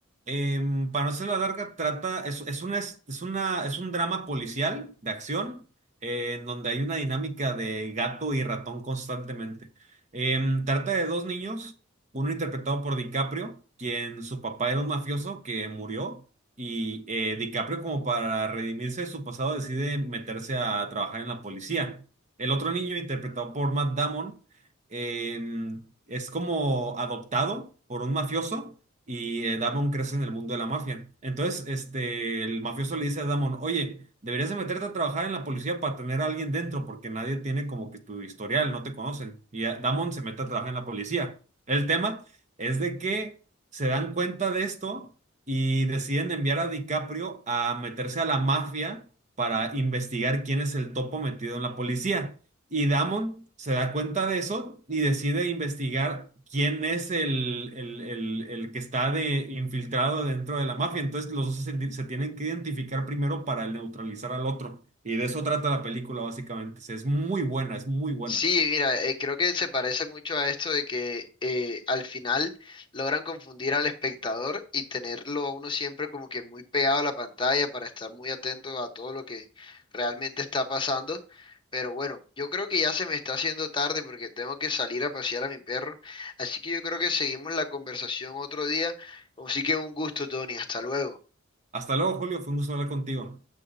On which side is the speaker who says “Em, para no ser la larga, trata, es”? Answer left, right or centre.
Right